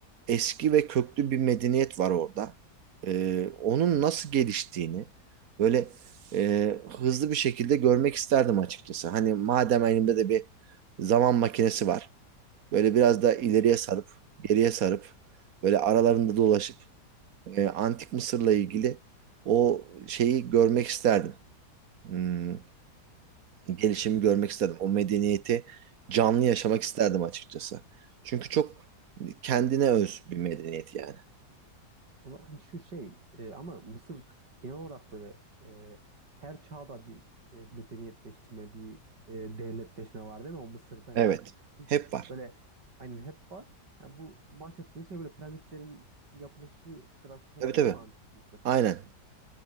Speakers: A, on the right; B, on the right.
A: eski ve köklü bir medeniyet var orada. E, onun nasıl geliştiğini böyle e, hızlı bir şekilde görmek isterdim açıkçası. Hani madem elimde de bir zaman makinesi var. Böyle biraz da ileriye sarıp, geriye sarıp, böyle aralarında dolaşıp e, Antik Mısır'la ilgili o şeyi görmek isterdim. Hmm, gelişimi görmek isterdim. O medeniyeti canlı yaşamak isterdim açıkçası. Çünkü çok
B: Ya,
A: kendine öz bir medeniyet yani.
B: O zaman hani şu şey e, ama Mısır genel olarak böyle e, her çağda bir e, medeniyetleştirme, bir e, devletleşme var değil mi? O Mısır'da yani
A: Evet.
B: hiç
A: Hep var.
B: böyle aynen hep var. Ha, bu bahsettiğiniz şey böyle piramitlerin yapılışı sırası falan
A: Tabii tabii.
B: değil mi Antik Mısır?
A: Aynen.